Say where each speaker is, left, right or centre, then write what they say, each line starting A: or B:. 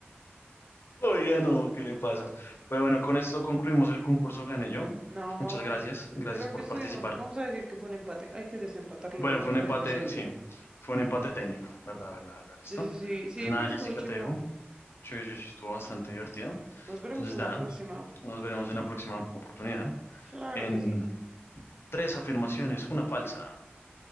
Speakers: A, on the left; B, on the right.
A: Oiga, no, ¿qué le pasa? Pero bueno, con esto concluimos el concurso, gané yo.
B: No,
A: Muchas gracias, gracias
B: creo
A: por
B: que estuvimos,
A: participar.
B: vamos a decir que fue un empate, hay que desempatarlo
A: Bueno,
B: en otro
A: fue un empate,
B: episodio.
A: sí, fue un empate técnico, ¿verdad, verdad, verdad? ¿Listo?
B: Sí, sí, sí, sí,
A: Entonces nada,
B: pero estuvo
A: Jessica,
B: chimba.
A: te dejo. Sí, sí, sí, estuvo bastante divertido.
B: Nos veremos
A: Entonces
B: en
A: nada,
B: la próxima.
A: nos veremos en la próxima oportunidad.
B: Claro
A: En
B: que sí.
A: tres afirmaciones, una falsa.